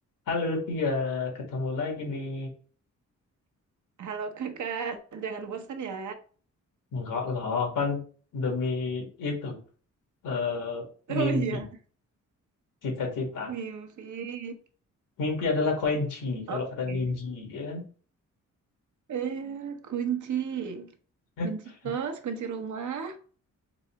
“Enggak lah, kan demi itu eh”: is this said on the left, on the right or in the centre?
Left